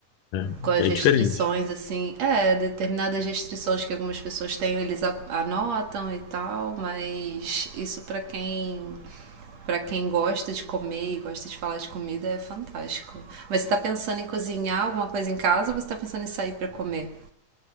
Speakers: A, on the left; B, on the right.
A: É,
B: Com as
A: bem
B: restrições,
A: diferente.
B: assim, é, determinadas restrições que algumas pessoas têm, eles anotam e tal, mas isso para quem para quem gosta de comer e gosta de falar de comida, é fantástico. Mas você tá pensando em cozinhar alguma coisa em casa ou você tá pensando em sair para comer?